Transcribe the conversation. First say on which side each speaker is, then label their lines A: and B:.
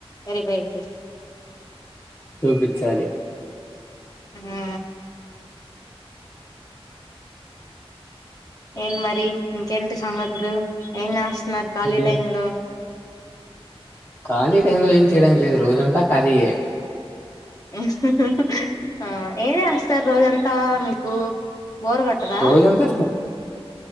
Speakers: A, on the left; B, on the left.
A: ఎరపోయితే <unintelligible>
B: చూపించాలి.
A: హ్మ్! ఏం మరి! ఇంకేంటి సంగతులు ఏం చేస్తున్నారు? ఖాళీ
B: ఏం
A: టైంలో.
B: ఖాళీ టై లో ఏం చేయడానికి లేదు రోజుంతా ఖాళీయే.
A: హ హా! ఏంజేస్తారు రోజంతా? మీరు బోరుకొట్టదా?
B: రోజంతా